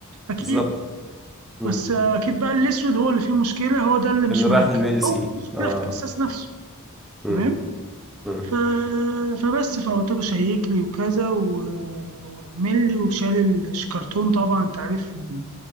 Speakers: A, on the right; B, in the centre.
A: اكيد
B: بالظبط مم.
A: بس اكيد بقى الاسود هو اللي فيه مشكله هو ده اللي مش
B: اللي راح
A: مرجع
B: البي ال سي
A: او في مشكله
B: اه
A: في الحساس نفسه
B: مم.
A: تمام
B: مم.
A: ف... فبس فقلت له شيك لي وكذا و- واعمل لي وشال الشكرتون طبعا انت عارف ان ال-